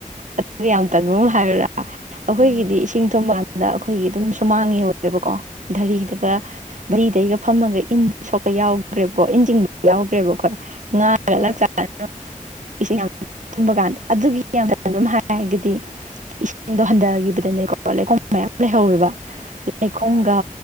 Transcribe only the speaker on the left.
ꯎꯝ
ꯍꯣꯏ
ꯍꯣꯏ
ꯍꯣꯏ